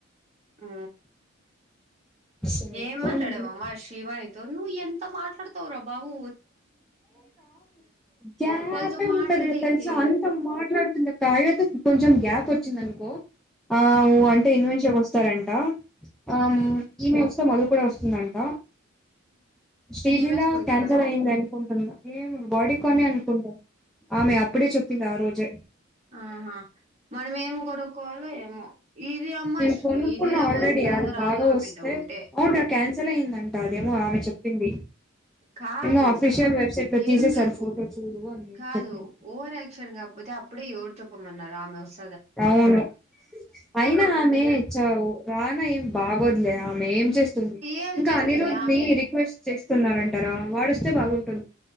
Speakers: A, on the right; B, in the centre.
A: ఆ
B: సరిపోయింది
A: ఏం మాట్లాడవ్ అమ్మా శివాని నువ్వు ఎంత మాట్లాడతవ్ రా బాబూ
B: గ్యాపే
A: వాళ్ళతో మాట్లాడేకి
B: ఉండదు తెలిస అంత మాట్లాడుతుండె కాయతో కొంచెం గ్యాప్ వచ్చిందనుకో ఆఊ అంటే ఇన్వెంట్ చెపు వస్తాడ్ ఆ అం ఈమె వ సో మదు కూడ వస్తుందంట శ్రీలీలా
A: నేమేసుకుంటారా
B: క్యాన్సల్ అయింద కొంటన్న ఏమో బాడీ కొనే అనుకుంటా ఆమె అప్పుడే చెప్పింది ఆ రోజే
A: ఆహా మనం ఏమి గోడుక్కోల్లో ఏమో ఇది అమ్మ
B: నేను
A: శ్రీలీల
B: కొనుకున్నా ఆల్రెడీ
A: వస్తదో
B: అది
A: రాదో
B: బాగా
A: ఆమె
B: వస్తే
A: డౌటే
B: అవునురా క్యా న్సిల్ అయిందం అదేమో ఆమె చెప్పింది.
A: కాదు
B: ఏమో అఫీషియల్ వెబ్సైట్లో, తీసే
A: ఎందుకు
B: సారు ఫోటో చూడు అని
A: కాదు
B: చెప్పింది.
A: ఓవర్ యాక్షన్ కాకపోతే అప్పుడే ఎవరు చెప్పమన్నారు ఆమె వస్
B: మ్ అవును అయినా ఆమె చ్చవు ఆమె ఏం బాగోద్లే ఆమెఏం చెస్తుంది
A: ఏం
B: ఇంకా
A: చేస్తుంది
B: నిరోద్
A: ఆమె
B: ని రిక్వెస్ట్ చే వస్తున్నారంటారా వాడొస్తే బాగుంటుం